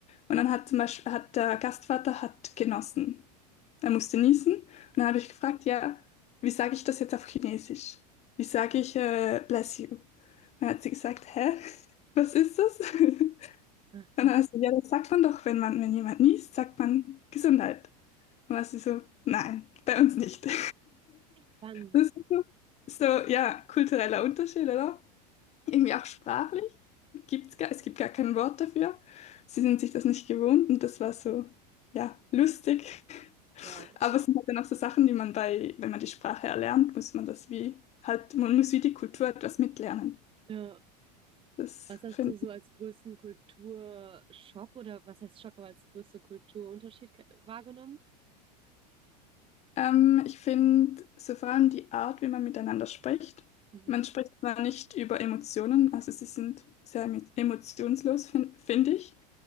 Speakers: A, on the left (about 30°); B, on the right (about 25°).
A: Und dann hat zum Beispiel, hat der Gastvater hat genossen. Er musste niesen. Und dann habe ich gefragt, ja, wie sage ich das jetzt auf Chinesisch? Wie sage ich, äh, bless you? Und dann hat sie gesagt, hä? <laughs> Was ist das? <laughs>
B: Ach, krass.
A: Und Dann hat sie, ja, das sagt man doch, wenn man, wenn jemand niest, sagt man Gesundheit. Und dann war sie so, nein, bei uns nicht. <laughs>
B: Spannend.
A: Das ist so, so, ja, kultureller Unterschied, oder? Irgendwie auch sprachlich. Gibt's gar, es gibt gar kein Wort dafür. Sie sind sich das nicht gewohnt und das war so, ja, lustig. <laughs>
B: Wow.
A: Aber es sind halt dann auch so Sachen, die man bei, wenn man die Sprache erlernt, muss man das wie, halt, man muss wie die Kultur etwas mitlernen.
B: Ja.
A: Das
B: Was hast
A: finde
B: du so
A: ich.
B: als größten Kulturschock oder was heißt Schock, aber als größte Kulturunterschied ke- wahrgenommen?
A: Ähm, ich finde so vor allem die Art, wie man miteinander spricht.
B: Mhm.
A: Man spricht zwar nicht über Emotionen, also sie sind sehr emo- emotionslos, finde find ich,